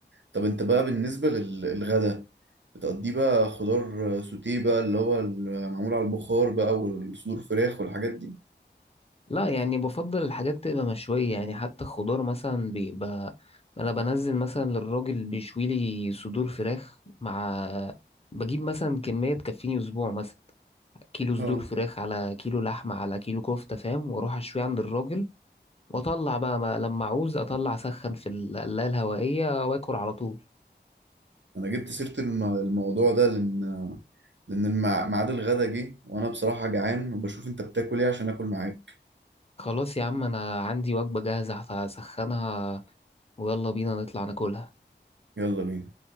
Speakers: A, on the right; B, on the left.
A: طب أنت بقى بالنسبة للغدا بتقضيه بقى خضار سوتيه بقى اللي هو معمول على البخار بقى والصدور فراخ والحاجات دي
B: لا يعني بفضل الحاجات تبقى مشوية يعني حتى الخضار مثلا بيبقى انا بنزل مثلا للراجل بيشوي لي صدور فراخ مع بجيب مثلا كمية تكفيني اسبوع مثلا كيلو
A: اه
B: صدور فراخ على كيلو لحمة على كيلو كفتة فاهم واروح اشوي عند الراجل واطلع بقى ما لما اعوز اطلع اسخن في القلاية الهوائية واكل على طول
A: انا جبت سيرة الم- الموضوع ده لان لان المع- ميعاد الغدا جه وانا بصراحة جعان وبشوف انت بتاكل ايه عشان اكل معاك
B: خلاص يا عم انا عندي وجبة جاهزة هسخنها ويلا بينا نطلع ناكلها
A: يلا بينا